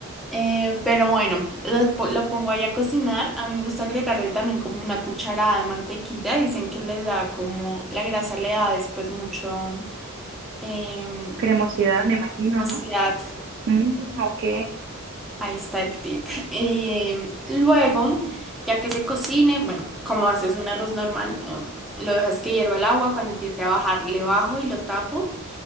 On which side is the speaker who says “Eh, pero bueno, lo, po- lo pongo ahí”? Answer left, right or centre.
Centre